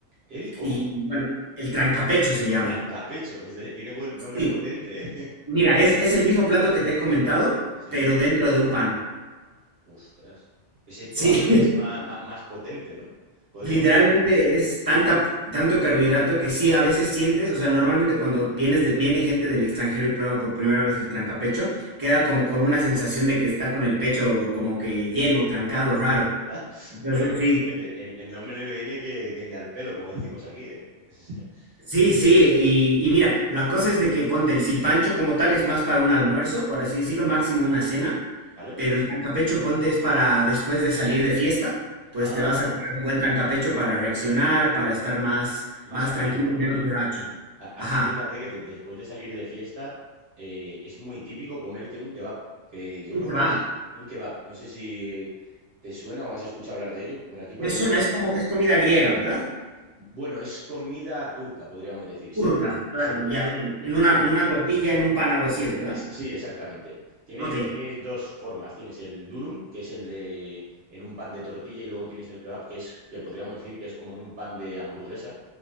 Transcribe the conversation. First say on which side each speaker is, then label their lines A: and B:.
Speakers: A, on the right (about 55°); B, on the right (about 20°).
A: ¿El cómo?
B: Y bueno, el trancapecho se llama.
A: Trancapechos, de, tiene buen nombre
B: Sí,
A: potente, ¿eh? <laughs>
B: Mira, es, es el mismo plato que te he comentado,
A: Sí,
B: pero dentro de un pan.
A: ostras. Ese todavía
B: Sí, <laughs>
A: es más, más, más potente, ¿no? Podríamos
B: literalmente
A: decir.
B: es tanta, tanto carbohidrato que sí, a veces sientes, o sea, normalmente cuando vienes del viene gente del extranjero y prueba por primera vez el trancapecho, queda
A: ¿Mm?
B: como con una sensación de que está con el pecho como que lleno, trancado, raro.
A: <laughs>
B: Entonces
A: Bueno, de-
B: sí,
A: de- el, el nombre le viene que, que ni al pelo, como decimos aquí, ¿eh? <laughs> O sea,
B: Sí,
A: Le viene,
B: sí, y, y mira, la cosa es de que ponte el silpancho como tal es más para un almuerzo, por así decirlo, máximo una cena,
A: ¿vale?
B: pero el trancapecho ponte es para después de salir de fiesta, pues
A: Ah,
B: te vas a comer un buen trancapecho para reaccionar, para estar más,
A: más
B: más
A: activo,
B: tranquilo
A: ¿no?
B: y menos
A: Sí.
B: borracho.
A: A- Aquí
B: Ajá,
A: fíjate que de- después de salir de fiesta eh, es muy típico comerte un kebab, que yo
B: ¿y
A: creo
B: qué
A: que
B: va?
A: es un kebab. No sé si te suena o has escuchado hablar de ello. Por aquí, por
B: Me
A: Europa.
B: suena, es
A: sí.
B: como, es comida griega, ¿verdad?
A: Bueno, es comida turca, podríamos decir,
B: Turca,
A: sí, pero es-
B: claro,
A: sí.
B: ya ven, en una,
A: Es que
B: en una tortilla, en un pan, algo así es, ¿verdad?
A: Es- sí, exactamente. Tienes,
B: Ok,
A: tienes dos formas. Tienes el durum, que es el de en un pan de tortilla, y luego tienes el kebab, que es que podríamos decir que es como en un pan de hamburguesa,